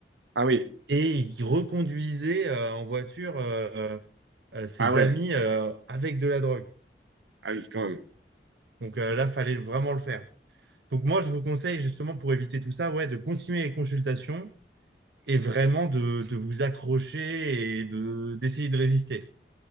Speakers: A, on the right (about 85°); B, on the right (about 70°).
A: Ah oui,
B: Et ils reconduisaient euh, en voiture euh, euh, ses
A: ah ouais,
B: amis euh, avec de la drogue.
A: ah oui, quand même.
B: Donc euh, là, fallait vraiment le faire. Donc moi, je vous conseille justement pour éviter tout ça, ouais, de continuer les consultations et vraiment de, de vous accrocher et de d'essayer de résister.